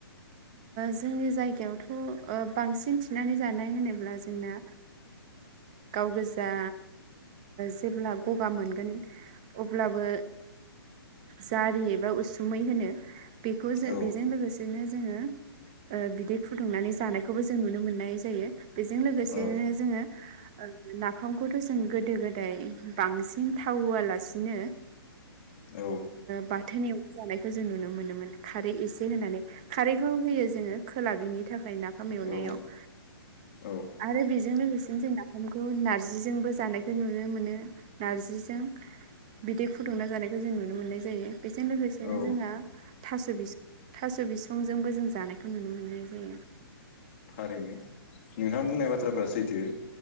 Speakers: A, on the right (about 20°); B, on the left (about 30°).
A: जोंनि जायगायावथ' बांसिन थिनानै जानाय होनोब्ला जोंना गाव गोजा जेब्ला गगा मोनगोन अब्लाबो जारि एबा उसुमै होनो बेखौ जों
B: औ
A: बेजों लोगोसेनो जोङो बिदै फुदुंनानै जानायखौबो जों नुनो मोननाय जायो बेजों लोगोसेनो
B: औ
A: जोङो नाफामखौथ' जों गोदो गोदाय बांसिन थाव होआलासिनो
B: औ
A: बाथोनाव जानायखौ जों नुनो मोनोमोन खारै एसे होननानै खारैखौ होयो जोङो खोला बिनि थाखाय नाफाम एवनायाव
B: औ औ
A: आरो बेजों लोगोसेनो जों नाफामखौ नारजिजोंबो जानायखौ नुनो मोनो नारजिजों बिदै फुदुंना जानायखौ जों नुनो मोननाय जायो बेजों लोगोसेनो
B: औ
A: जोंहा थास' बिस थास' बिस बिफांजोंबो जों जानायखौ नुनो मोननाय जायो
B: थारैनो नोंथां बुंनाय बाथ्राफ्रा सैथो